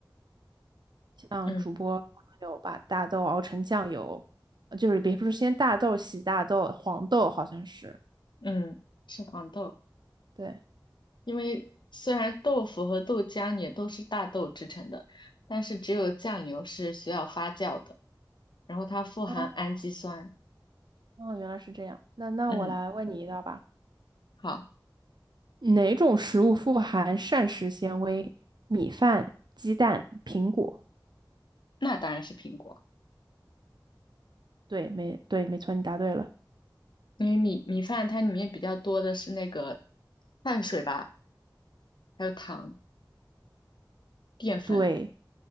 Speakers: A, on the right; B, on the left.
A: 像主播他们有把大豆熬成酱油，
B: 嗯
A: 呃就是也不是先大豆洗大豆，黄豆好像是，
B: 嗯，是黄豆。
A: 对，
B: 因为虽然豆腐和豆浆也都是大豆制成的，但是只有酱油是需要发酵的，然后它富含氨基酸。
A: 哦，哦，原来是这样。那那我来问你一道吧，
B: 嗯，好，
A: 哪种食物富含膳食纤维？米饭、鸡蛋、苹果。
B: 那当然是苹果。
A: 对，没对，没错，你答对了。
B: 因为米米饭它里面比较多的是那个碳水吧，还有糖、淀粉，
A: 对。